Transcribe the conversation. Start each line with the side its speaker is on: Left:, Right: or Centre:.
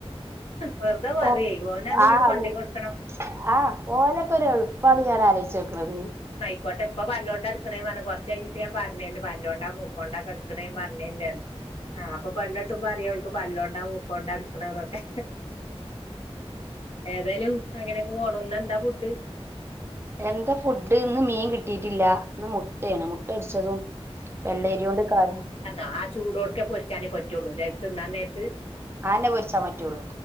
Left: വെറുതെ പറയി
Right: ഓ
Left: ഓനെ അത്ങ്ങോട്ട്
Right: ആഹ്
Left: കൊണ്ടേയി കൊടുക്കണം
Right: ആഹ് ഓലോക്കെ ഒര് എളുപ്പാണ് ഞാൻ ആലോച്ചു വെക്കണത്
Left: ഇക്കട്ടെ പ്പൊ പല്ലോണ്ട് എടുക്കണേ കുറച്ചു കഴിഞ്ഞിട്ട് ഞാന് പറഞ്ഞരണ്ട് പല്ലോണ്ടാ മൂക്കോണ്ടാ ക്ക എടക്കണേ പറഞ്ഞരണ്ട് ആഹ് അപ്പൊ പെണ്ണ്കെട്ടുമ്പോ അറിയാം ക്ക് പല്ലോണ്ടാ മൂക്കോണ്ട എടുക്കണന്നൊക്കെ ഏതായാലും അങ്ങനെക്കെ പോണ് ഇന്ന് എന്താ ഫുഡ്?
Right: എന്താ ഫുഡ് ഇന്ന് മീൻ കിട്ടിയിട്ടില്ല ഇന്ന് മുട്ടയാണ് മുട്ട പൊരിച്ചതും വെള്ളേരിയ കൊണ്ട് കറിയും
Left: ആഹ് ചൂടോട്ക്കെ പൊരിച്ചാന് പറ്റുള്ളൂ നേരത്ത് തിന്നാൻ നേരത്ത്
Right: ആനെ പൊരിച്ചാ പറ്റുള്ളൂ